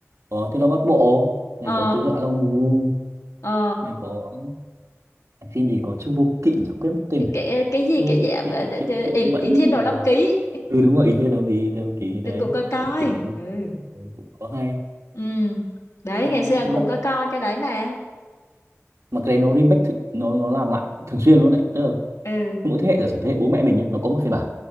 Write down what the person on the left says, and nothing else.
Ờ,
ờ.
Cái cái gì
cái
gì
ý,
ý Thiên Đồ
Long Ký
từng cũng có coi.
Ừ.
Ừ. Đấy
ngày xưa
cũng
có coi cái đấy mà.
ừ